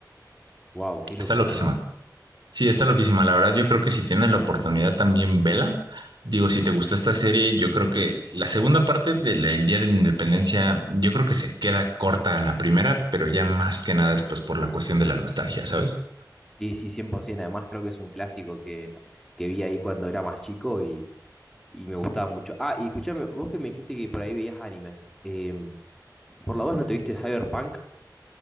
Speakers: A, in the centre; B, on the right.
A: Wow, qué locura,
B: está loquísima.
A: ¿no?
B: Sí, está loquísima. La verdad, yo creo que si tienes la oportunidad también, vela. Digo, si te gustó esta serie, yo creo que la segunda parte del el Día de la Independencia, yo creo que se queda corta en la primera, pero ya más que nada es pues por la cuestión de la nostalgia, ¿sabes?
A: Sí, sí, 100%. Además, creo que es un clásico que, que vi ahí cuando era más chico y, y me gustaba mucho. Ah, y escuchame, vos que me dijiste que por ahí veías animes. em, ¿por la voz no te viste Cyberpunk?